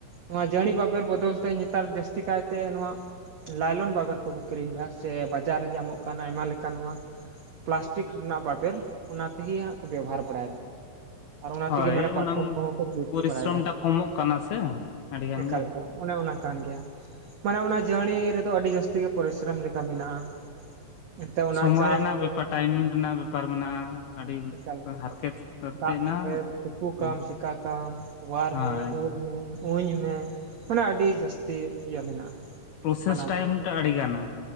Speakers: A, on the right; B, on the left.
A: ᱱᱚᱣᱟ ᱡᱟᱹᱱᱤ ᱵᱟᱵᱮᱨ ᱵᱚᱫᱚᱞ ᱛᱮ ᱱᱮᱛᱟᱨ ᱡᱟᱹᱥᱛᱤ ᱠᱟᱭᱛᱮ ᱱᱚᱣᱟ ᱞᱟᱭᱞᱚᱱ ᱵᱟᱵᱮᱨ ᱠᱚᱠᱚ ᱠᱤᱨᱤᱧ ᱮᱟ ᱥᱮ ᱵᱟᱡᱟᱨ ᱨᱮ ᱧᱟᱢᱚᱜ ᱠᱟᱱ ᱟᱭᱢᱟ ᱞᱮᱠᱟᱱ ᱱᱚᱣᱟ ᱯᱞᱟᱥᱴᱤᱠ ᱨᱮᱱᱟᱜ ᱵᱟᱵᱮᱨ ᱚᱱᱟ ᱛᱮᱜᱮ ᱦᱟᱸᱜ ᱠᱚ ᱵᱮᱵᱚᱦᱟᱨ ᱵᱟᱲᱟᱭᱮᱫᱟ᱾ ᱟᱨ ᱚᱱᱟ
B: ᱦᱳᱭ
A: ᱛᱮᱜᱮ ᱢᱟᱱᱮ ᱯᱟᱨᱠᱚᱢ
B: ᱩᱱᱟᱹᱝ
A: ᱠᱚᱦᱚᱸ ᱠᱚ ᱡᱩᱛ
B: ᱯᱚᱨᱤᱥᱨᱚᱢ
A: ᱵᱟᱲᱟᱭᱮᱫᱟ
B: ᱴᱟᱜ ᱠᱚᱢᱚᱜ ᱠᱟᱱᱟ ᱥᱮ ᱟᱹᱰᱤ ᱜᱟᱱ
A: ᱮᱠᱟᱠᱟ᱾
B: ᱜᱮ
A: ᱚᱱᱮ ᱚᱱᱟ ᱠᱟᱱ ᱜᱮᱭᱟ᱾ ᱢᱟᱱᱮ ᱚᱱᱟ ᱡᱟᱨᱱᱤ ᱨᱮᱫᱚ ᱟᱹᱰᱤ ᱡᱟᱹᱟᱥᱛᱤ ᱜᱮ ᱯᱚᱨᱤᱥᱨᱚᱢ ᱞᱮᱠᱟ ᱢᱮᱱᱟᱜᱼᱟ᱾ ᱮᱱᱛᱮ ᱚᱱᱟ
B: ᱥᱚᱢᱚᱭ
A: ᱪᱟᱥ
B: ᱨᱮᱱᱟᱜ
A: ᱢᱮ
B: ᱵᱮᱯᱟᱨ ᱴᱟᱭᱤᱢᱤᱝ ᱨᱮᱱᱟᱜ ᱵᱮᱯᱟᱨ ᱢᱮᱱᱟᱜᱼᱟ ᱟᱹᱰᱤ
A: ᱮᱠᱟᱞ ᱮᱠᱟᱞ
B: ᱦᱟᱨᱠᱮᱛ᱾ ᱠᱟᱛᱮ
A: ᱫᱟᱜ
B: ᱱᱟ
A: ᱨᱮ ᱛᱩᱯᱩ ᱠᱢ
B: ᱢᱮᱱᱟᱜᱼᱟ
A: ᱪᱠᱟ ᱠᱢ ᱚᱣᱟᱨ
B: ᱦᱳᱭ
A: ᱢᱮ ᱩᱨ ᱢᱮ᱾ ᱩᱧ ᱢᱮ ᱢᱟᱱᱮ ᱟᱹᱰᱤ ᱡᱟᱹᱥᱛᱤ ᱤᱭᱟᱹ ᱢᱮᱱᱟᱜᱼᱟ᱾
B: ᱯᱨᱚᱥᱮᱥ
A: ᱦᱟᱱᱟ
B: <unintelligible> ᱴᱟᱭᱤᱢ
A: ᱱᱟᱣᱟ
B: ᱴᱟ ᱟᱹᱰᱤ ᱜᱟᱱᱟ᱾